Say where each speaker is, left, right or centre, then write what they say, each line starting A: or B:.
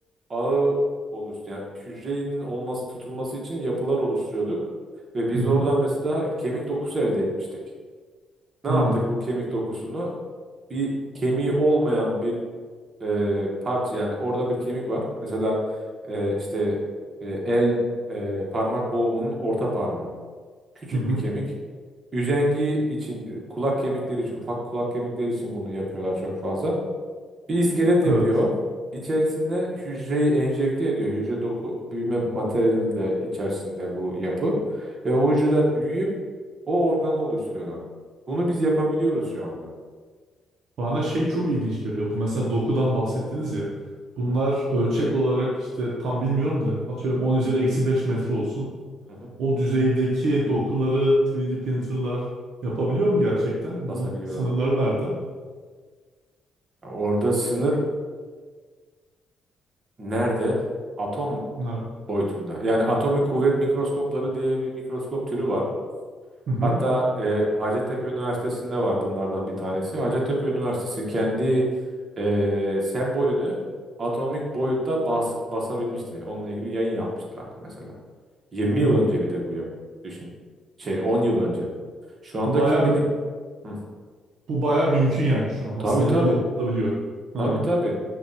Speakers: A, on the right (about 40°); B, on the right (about 70°).
A: ağı oluştu. Yani hücrenin olması tutunması için yapılar oluşturuyorduk ve biz
B: Hı hı.
A: oradan mesela kemik dokusu elde etmiştik. ne
B: Hı
A: yaptık bu kemik dokusunu? Bir kemiği olmayan bir e, parça yani orada bir kemik var. Mesela e, işte e, el e, parmak boğumunun orta parmağı. Küçük
B: hı. hı.
A: bir kemik. Üzengi için, e, kulak kemikleri için, ufak kulak kemikleri için bunu yapıyorlar çok fazla. Bir iskelet yapıyor.
B: Evet.
A: İçerisinde hücreyi enjekte ediyor. Hücre doku büyüme materyali de içerisinde bu yapı. Ve o hücreler büyüyüp o organı oluşturuyorlar. Bunu biz yapabiliyoruz şu anda.
B: Bana şey çok ilginç geliyor. Bu mesela dokudan bahsettiniz ya. Bunlar
A: Hı
B: ölçek olarak işte tam bilmiyorum da atıyorum 10 üzeri eksi 5 metre olsun.
A: hı.
B: O düzeydeki dokuları 3D printerlar yapabiliyor mu gerçekten?
A: Basabiliyorlar.
B: Bunun sınırları nerede?
A: Orada sınır nerede? Atom
B: Bunlar.
A: boyutunda. Yani atomik kuvvet mikroskopları diye bir mikroskop türü var.
B: Hı hı.
A: Hatta e, Hacettepe Üniversitesi'nde var bunlardan bir tanesi. Hacettepe Üniversitesi kendi e, sembolünü atomik boyutta bas, basabilmişti. Onunla ilgili yayın yapmışlardı mesela. Yirmi yıl
B: hı.
A: önce bir de bu yap düşün. Şey 10 yıl önce. Şu anda
B: Bu baya
A: kim bilir? Hı.
B: bu baya mümkün yani şu an. Aslında
A: Tabii tabii.
B: yapılabiliyor. Ha.
A: Tabii tabii.